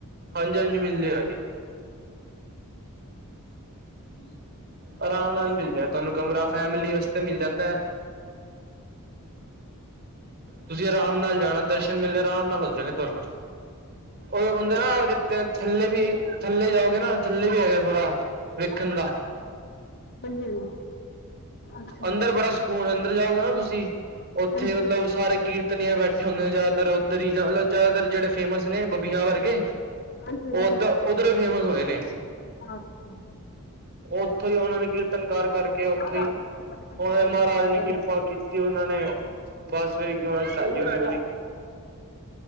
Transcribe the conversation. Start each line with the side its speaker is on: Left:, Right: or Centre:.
Right: ਹਾਂਜੀ ਹਾਂਜੀ, ਮਿਲ ਜੇ ਗਾ ਜੀ
Left: ਹਮ
Right: ਆਰਾਮ ਨਾਲ ਮਿਲ ਜਾ ਤੁਹਾਨੂੰ ਕਮਰਾ, ਫੈਮਲੀ ਵਾਸਤੇ ਮਿਲ ਜਾਂਦਾ ਹੈ। ਤੁਸੀਂ ਆਰਾਮ ਨਾਲ ਜਾਣਾ ਦਰਸ਼ਨ ਮੇਲੇ ਆਰਾਮ ਨਾਲ ਹੋ ਜਾਗੇ ਤੁਹਾਨੂੰ ਉਹਦੇ ਨਾ ਥੱਲੇ ਵੀ ਥੱਲੇ ਜਾਓਗੇ ਨਾ ਥੱਲੇ ਵੀ ਹੈਗਾ। ਥੋੜਾ ਵੇਖਣ ਦਾ।
Left: ਹਾਂਜੀ ਹਾਂਜੀ। ਅੱਛਾ
Right: ਅੰਦਰ ਬੜਾ ਸਕੂਨ ਅੰਦਰ ਜਾਓਗੇ ਨਾ ਤੁਸੀਂ, ਉੱਥੇ
Left: ਹਾਂਜੀ
Right: ਮਤਲਬ
Left: ਹਾਂਜੀ
Right: ਸਾਰੇ ਕੀਰਤਨੀਆਂ ਬੈਠੇ ਹੁੰਦੇ ਨੇ ਜ਼ਿਆਦਾਤਰ ਉੱਧਰ ਹੀ, ਜ਼ਿਆਦਾਤਰ ਜਿਹੜੇ ਫੇਮਸ ਨੇ ਬਬੀਆਂ ਵਰਗੇ।
Left: ਹਾਂਜੀ ਹਾਂਜੀ
Right: ਓਦਾ ਉਧਰੋਂ ਹੀ ਫੇਮਸ ਹੋਏ ਨੇ
Left: ਅੱਛਾ
Right: ਉੱਥੋਂ ਹੀ ਉਹਨਾਂ ਨੇ ਕੀਰਤਨ ਕਰ ਕਰ ਕੇ,
Left: ਹਾਂ ਰਾਜ
Right: ਈ
Left: ਜੀ ਬੜੇ ਵੱਡੇ ਵੱਡੇ
Right: ਉਹਨਾਂ
Left: ਆਏ
Right: ਮਹਾਰਾਜ
Left: ਹੁੰਦੇ ਉੱਧਰ
Right: ਨੇ ਕਿਰਪਾ ਕੀਤੀ ਉਹਨਾਂ ਨੇ ਬਸ ਫੇਰ, ੳਹਨਾ ਦੀ ਚੜਾਈ ਹੋਗੀ ਬੜੀ